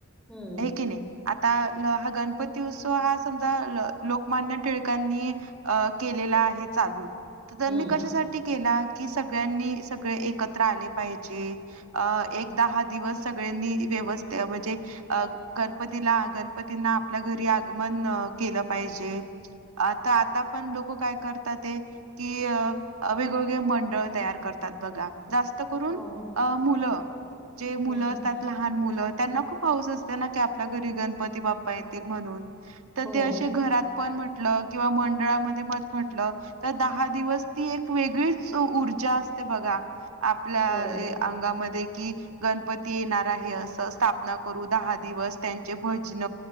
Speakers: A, in the centre; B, on the right (about 75°).
A: हम्म
B: हे की नई आता. न हा गणपती उत्सव हा समजा लोकमान्य टिळकांनी अ केलेला आहे चालू त्यांनी
A: हम्म
B: कशासाठी केला? की सगळ्यांनी सगळे एकत्र आले पाहिजे एक दहा दिवस सगळ्यांनी. ते <unintelligible> म्हणजे अ गणपतीला गणपतींना आपल्या घरी आगमन केलं पाहिजे. जे आता आता पण लोक काय करतात ते कि वेगवेगळे मंडळ तयार करतात बघा. जास्त करून
A: हो हम्म
B: अ मुलं जे मुलं
A: हम्म.
B: त्यात लहान मुलं त्यांना खूप हऊस असते ना, की आपल्या घरी गणपती बाप्पा येतील म्हणून. तर
A: हो
B: ते असे घरात पण म्हटलं किंवा मंडळामध्ये म म्हटलं तर दहा दिवस ती एक वेगळीच ऊर्जा असते बघा. आपल्या
A: हो
B: ए अंगामध्ये. कि गणपती येणार आहे असं स्थापना करू दहा दिवस त्यांचे भजन.